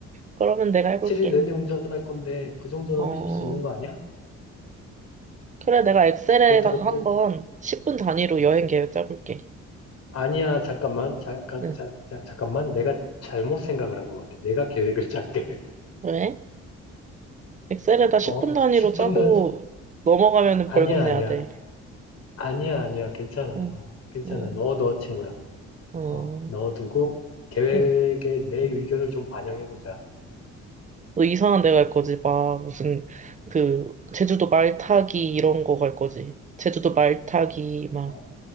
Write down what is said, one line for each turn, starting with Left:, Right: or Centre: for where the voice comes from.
Right: 그러면 내가 해볼게.
Left: 7일 내내 운전할 건데, 그 정도는
Right: 어.
Left: 해줄 수 있는 거 아니야?
Right: 그래, 내가 엑셀에다가
Left: 그렇다고
Right: 한번
Left: 또,
Right: 10분 단위로
Left: 음,
Right: 여행 계획 짜볼게.
Left: 아니야, 잠깐만. 잠깐,
Right: 응.
Left: 자, 자, 잠깐만. 내가 잘못 생각을 한 것 같아. 내가 계획을 짰게. <laughs>
Right: 왜? 엑셀에다 10분
Left: 어,
Right: 단위로
Left: 10분
Right: 짜고
Left: 전,
Right: 넘어가면은
Left: 아니야,
Right: 벌금 내야
Left: 아니야.
Right: 돼.
Left: 아니야, 아니야. 괜찮아.
Right: 응.
Left: 어, 괜찮아.
Right: 어,
Left: 넣어, 넣어, 친구야.
Right: 어,
Left: 어, 넣어두고, 계획에
Right: 어.
Left: 내 의견을 좀 반영해보자.
Right: 너 이상한 데 갈 거지. 막 무슨 그 제주도 말 타기 이런 거 갈 거지. 제주도 말 타기 막
Left: 어,